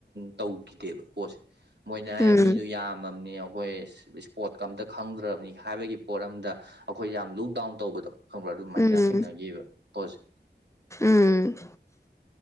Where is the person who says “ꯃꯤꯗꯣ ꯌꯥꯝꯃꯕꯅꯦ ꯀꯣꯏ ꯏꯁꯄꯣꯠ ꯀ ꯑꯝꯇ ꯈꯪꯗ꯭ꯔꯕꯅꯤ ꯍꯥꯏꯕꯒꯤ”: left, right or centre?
Right